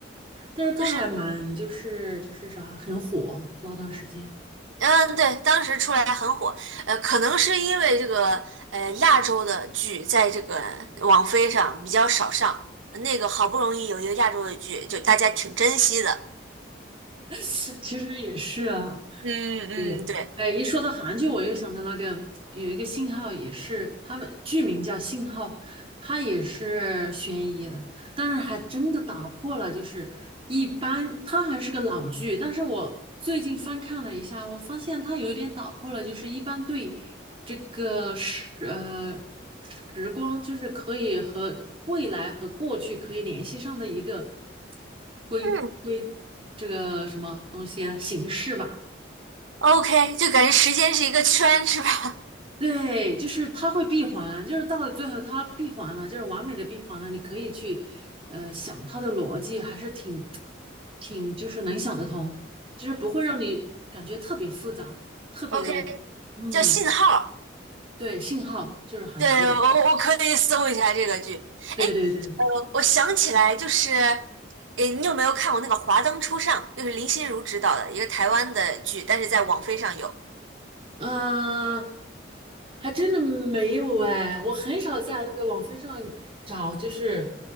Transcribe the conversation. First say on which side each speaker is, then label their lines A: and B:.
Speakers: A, on the right (about 30°); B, on the right (about 85°).
A: 但是他还蛮就是就是啥很火，
B: 就是，
A: 那段时间
B: 嗯，对，当时出来很火，呃，可能是因为这个，呃，亚洲的剧在这个网飞上比较少上，那个好不容易有一个亚洲的剧，就大家挺珍惜的。
A: <laughs> 其实也是啊，
B: 嗯嗯，
A: 对，
B: 对。
A: 哎，一说到韩剧，我又想到那个有一个信号，也是他们剧名叫《信号》，它也是悬疑的，但是还真的打破了，就是一般它还是个老剧，但是我最近翻看了一下，我发现它有一点打破了，就是一般对这个时呃时光，就是可以和未来和过去可以联系上的一个规规这个什么东西啊形式吧。
B: 嗯。OK，就感觉时间是一个圈，是吧
A: 对，就是它会闭环，就是到了最后它闭环了，就是完美的闭环了。你可以去，呃，想它的逻辑，还是挺，挺就是能想得通，就是不会让你感觉特别复杂，特别的，
B: ？OK，
A: 嗯，
B: 叫信号。
A: 对，信号就是韩剧的，
B: 对，我我可以搜一下这个剧。
A: 对对对。
B: 哎，呃，我想起来，就是，诶，你有没有看过那个《华灯初上》？就是林心如指导的一个台湾的剧，但是在网飞上有。
A: 啊，还真的没有哎，我很少在那个网飞上找，就是